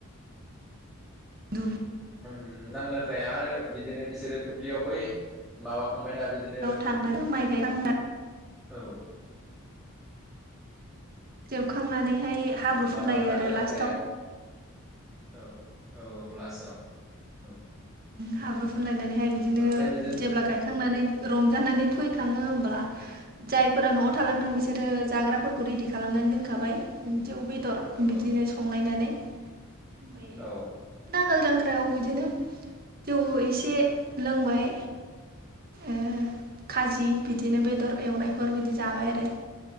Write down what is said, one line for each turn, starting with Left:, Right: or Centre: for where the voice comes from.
Right: दुब्लि
Centre: नांगालजांख्राया आरो बिदिनो बिसोरो दुब्लियाव बै माबा थांबायना बिदिनो
Right: थांनानै माइ गायखांना
Centre: औ
Right: जोबखांनानैहाय हाब्रु फुनलायो
Centre: माबा नांगाल
Right: आरो
Centre: लांख्राया
Right: लास्टाव
Centre: औ औ औ लास्टाव औ
Right: हाब्रु फुनलायनानैहाय बिदिनो
Centre: ओमफ्राय बिदिनो
Right: जेब्ला गायखांनानै रंजानानै फैखाङो होनब्ला जायफोरा न'आव
Centre: औ
Right: थालांदों बिसोर जाग्रा फोरखौ रेडि खालामनानै दोनखाबाय जौ बेदर
Centre: औ
Right: बिदिनो संलायनानै ओमफ्राय
Centre: औ
Right: नांगोल जांख्रायाव बिदिनो जौ एसे लोंबाय ओम खाजि बिदिनो बेदर एवनायफोर बिदि जाबाय आरो